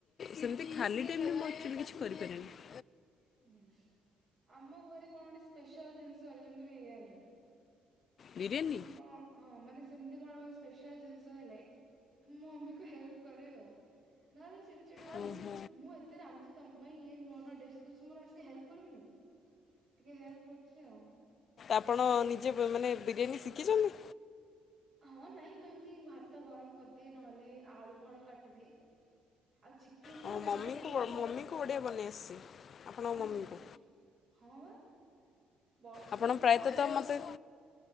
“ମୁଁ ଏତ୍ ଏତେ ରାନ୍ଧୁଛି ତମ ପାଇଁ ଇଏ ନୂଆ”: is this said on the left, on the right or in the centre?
Right